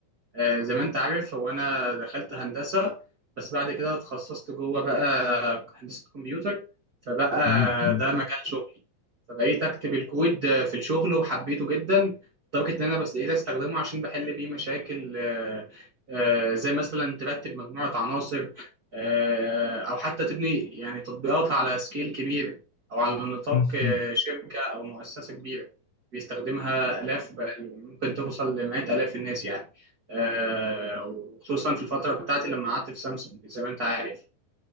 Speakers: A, on the right; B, on the left.
A: آه، زي ما انت عارف هو انا دخلت هندسه بس بعد كده اتخصصت جوه بقى هندسه كمبيوتر فبقى
B: مم، مم،
A: ده مجال شغلي فبقيت اكتب الكود في الشغل وحبيته جدا لدرجه ان انا بس بقيت استخدمه عشان بحل بيه مشاكل آه، آه، زي مثلا ترتب مجموعه عناصر آه، او حتى تبني يعني تطبيقات على سكيل كبير او على نطاق
B: مم،
A: آه،
B: مم.
A: شركه او مؤسسه كبيره بيستخدمها الاف بل ممكن توصل لمئات الاف الناس يعني آه، وخصوصا في الفترة بتاعتي لما قعدت في سامسونج زي ما انت عارف